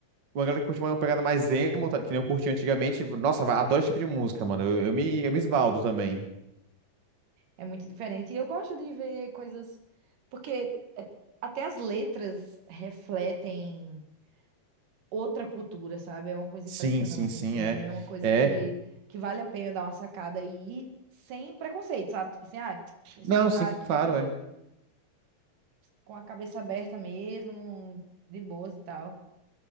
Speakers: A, on the right; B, on the right.
A: Uma galera que curte uma pegada mais emo, tá, que nem eu curti antigamente. Nossa, vai- adoro esse tipo de música, mano. Eu, eu me, eu me esbaldo também.
B: É muito diferente. E eu gosto de ver coisas. Porque é, até as letras refletem outra cultura, sabe? É uma coisa
A: Sim,
B: impressionante,
A: sim, sim,
B: assim.
A: é.
B: É uma coisa
A: É.
B: que, que vale a pena dar uma sacada e ir sem preconceito, sabe? Tipo assim, ah, vou escutar
A: Não, sim,
B: aqui
A: claro, é.
B: com a cabeça aberta mesmo, de boas e tal.